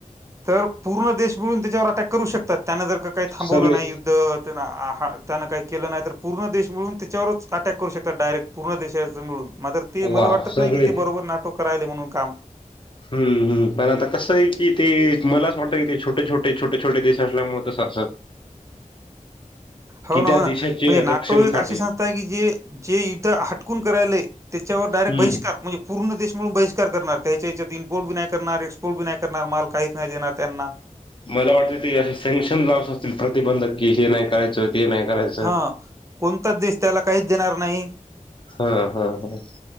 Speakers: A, on the right; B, on the left.
A: तर पूर्ण देश मिळून त्याच्यावर अटॅक करू शकतात त्यान जर का काही थांबवलं
B: सगळे
A: नाही युद्ध त्यांन काही केलं नाही तर पूर्ण देश मिळून त्याच्यावरच अटॅक करू शकतात डायरेक्ट पूर्ण देश मिळून म ते मला
B: वा
A: वाटत
B: सगळे
A: नाही कि ते बरोबर नाटो करायले म्हणून काम.
B: हम्म हम्म पण आता कसं आहे की ते मलाच वाटतं कि ते छोटे, छोटे, छोटे, छोटे देश असल्यामुळेत असत
A: हो ना
B: त्या
A: हो ना म्हणजे
B: देशाचे
A: नाटो
B: रक्षणसाठी
A: एक अशी संस्था आहे की जे जे युद्ध हटकून करायलय त्याच्यावर डायरेक्ट
B: हम्म
A: बहिष्कार म्हणजे पूर्ण देश म्हणून बहिष्कार करणार त्या हच्या याच्यात इम्पोर्ट बी नाही करणार एक्सपोर्ट बी नाही करणार माल काहीच नाही देणार त्यांना
B: मला वाटतते ते असं सँक्शन लावच असतील प्रतिबंधक की हे नाही करायचं ते नाही करायचं
A: हा कोणताच देश त्याला काहीच देणार नाही
B: हा हा हा